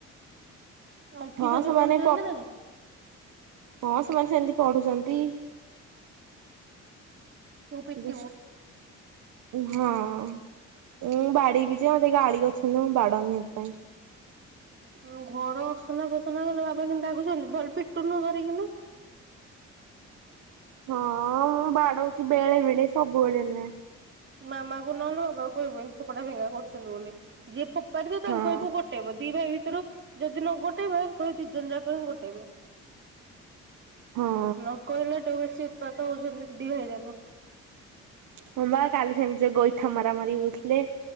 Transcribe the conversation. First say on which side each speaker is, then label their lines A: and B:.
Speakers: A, on the right; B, on the right.
A: ଆଙ୍କି,
B: ହଁ
A: ସାନି
B: ସେମାନେ
A: ପଢୁଛନ୍ତି ନା ନାହିଁ?
B: ହଁ ସେମାନେ ସେମିତି ପଢୁଛନ୍ତି।
A: ତୁ
B: <unintelligible>
A: ପିଟିବୁ।
B: ହଁ, ମୁଁ ବାଡେଇ ବିି ଯେ ମୋତେ ଗାଳି କରୁଛନ୍ତି ମୁଁ ବାଡ଼ଉନି ସେଥିପାଇଁ।
A: ଅଁ ଘର ଅସନା ଫସନା କଲେ ବାବା କେମନ୍ତି ରାଗୁଛନ୍ତି ଭଲ ପିଟୁନୁ ଧରିକିନା।
B: ହଁ, ମୁଁ ବାଡଉଛି ବେଳେ ବେଳେ ସବୁବେଳେ ନୁହେଁ।
A: ମାମା କୁ ନହେଲେ ବାବା କୁ କହିବୁ‌ ଏମତି ଫୋପୋଡା ଭେଙ୍ଗା କରୁଛନ୍ତି ବୋଲି, ଯିଏ ଫୋ ଫୋପାଡି ଥିବ ତାଙ୍କୁ
B: ହଁ
A: କହିବୁ ଗୋଟେଇବ, ଦି ଭାଇ ଭିତରୁ। ଯଦି ନ ଗୋଟେଇବେ କହିବୁ ଦି ଜଣ ଯାକ ହିଁ ଗୋଟେଇବେ।
B: ହଁ
A: ନ କହିଲାଠୁ ବେଶୀ ଉତ୍ପାତ ହଉଛନ୍ତି ସେ ଦି ଭାଇ ଯାକ।
B: ହଁ ବା କାଲି ସେମିତି ସେ ଗୋଇଠା ମରାମରି ହଉଥିଲେ